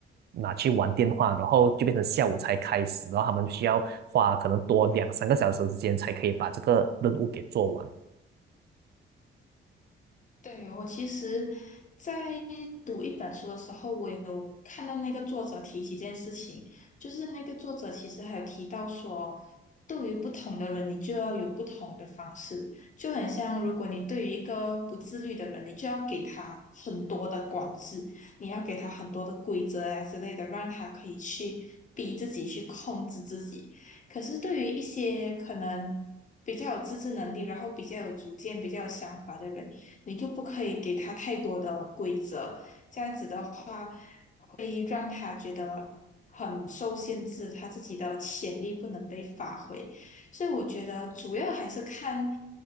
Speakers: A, on the right (about 55°); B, on the left (about 40°).
A: 拿去玩电话，然后就变成下午才开始，然后他们需要花可能多两三个小时的时间才可以把这个任务给做完。
B: 对，我其实，在读一本书的时候，我有看到那个作者提起这件事情，就是那个作者其实还有提到说，对于不同的人，你就要有不同的方式，就很像如果你对于一个不自律的人，你就要给他很多的管制，你要给他很多的规则啊之类的，让他可以去逼自己去控制自己。可是对于一些可能比较有自制能力，然后比较有主见、比较有想法的人，你就不可以给他太多的规则，这样子的话会让他觉得很受限制，他自己的潜力不能被发挥。所以我觉得主要还是看